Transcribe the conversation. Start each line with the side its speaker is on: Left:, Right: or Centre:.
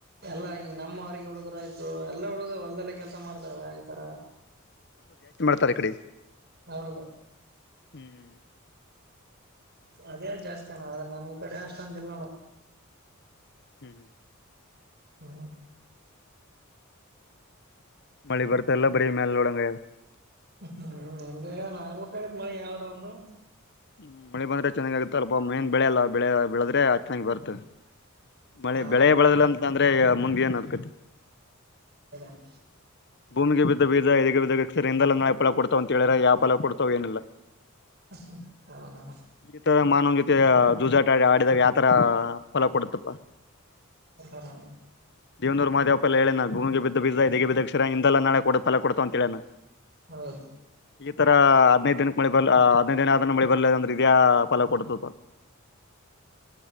Right: ಎಲ್ಲಾ ಹಿಂಗ ನಮ್ಮ ವಾರಿಗೆ ಹುಡುಗರು ಆಯ್ತ ಎಲ್ಲ ಹುಡುಗರ ಹೊಲದಲ್ಲೇ ಕೆಲಸ ಮಾಡ್ತಾರ ಈ ತರ
Left: ತರ ಕಡೆ
Right: ಹೌದು
Left: ಹ್ಮ್
Right: ಅದೇ ಜಾಸ್ತಿ ಅಣ್ಣ ಆದ್ರೆ ನಮ್ ಕಡೆ ಅಷ್ಟೊಂದಿಲ್ಲಣ
Left: ಹ್ಮ್ ಹ್ಮ್
Right: ಹ್ಮ
Left: ಮಳಿ ಬರತಾ ಇಲ್ಲ ಬರೀ ಮೇಲ್ ನೋಡಂಗ ಆಗೇದ
Right: ಹ್ಮ್ ಅಂ <unintelligible> ಗೆ ಆಗೇದ ಅಣ್ಣಾ ಹಾಗಬೇಕ್ ಆಗಿತ್ತು ಮಳಿ ಯಾವದರ ಒಂದು
Left: ಹ್ಮ ಮಳೆ ಬಂದ್ರೆ ಚೆನ್ನಾಗ ಆಗತ್ತ ಅಲ್ಪ ಮೇನ್ ಬೆಳೆ ಅಲ್ಲಾ ಬೆಳೆ ಬೆಳೆದ್ರೆ ಚೆನ್ನಾಗಿ ಬರುತ್ತೆ ಮಳೆ
Right: ಹಾ
Left: ಬೆಳೆ ಬೆಳೆದಲ್ಲ ಅಂತ ಅಂದ್ರ ಅದೆ ಮುಂದ ಏನ್ ಅರಕತ್
Right: <inaudible>
Left: ಭೂಮಿಗೆ ಬಿದ್ದ ಬೀಜ ಎದೆಗೆ ಬಿದ್ದ ಅಕ್ಷರ ಇಂದಲ್ ನಾಳೆ ಫಲ ಕೊಡ್ತವೆ ಅಂತ ಹೇಳೆರ ಯಾವ ಫಲ ಕೊಡ್ತಾವ ಏನಿಲ್ಲ
Right: ಹ್ಮ ಹೌದ ಹೌದಣ್ಣ
Left: ಈ ತರ ಮಾನವನ ಜೊತೆ ಜೂಜಾಟ ಆಡಿ ಆಡಿದಾಗ ಯಾವತರ ಫಲ ಕೊಡತ್ತಪ್ಪ
Right: ಹೌದನ್ನ
Left: ದೇವನೂರು ಮಾದೇವಪ್ಪ ಎಲ್ಲ ಹೇಳೇನ ಭೂಮಿಗೆ ಬಿದ್ದ ಬೀಜ ಎದೆಗೆ ಬಿದ್ದ ಅಕ್ಷರ ಹಿಂದಲ್ಲ ನಾಳೆ ಕೊಡ್ತವ ಅಂತ ಹೇಳೇನಾ
Right: ಹೌದು
Left: ಈ ತರ ಹದ್ನೈದ ದಿನಕ್ಕೆ ಮಳೆ ಬರ್ಲಿ ಹದಿನೈದ ದಿನ ಆದನ್ನ ಮಳಿ ಬರಲಿಲ್ಲ ಅಂದ್ರೆ ಇದು ಯಾ ಫಲ ಕೊಡ್ತದ